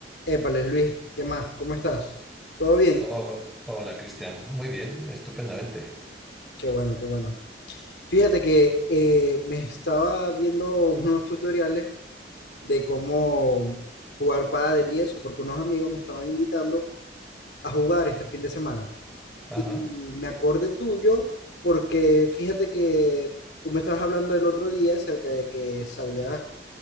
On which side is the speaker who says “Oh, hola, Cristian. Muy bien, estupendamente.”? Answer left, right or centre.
Centre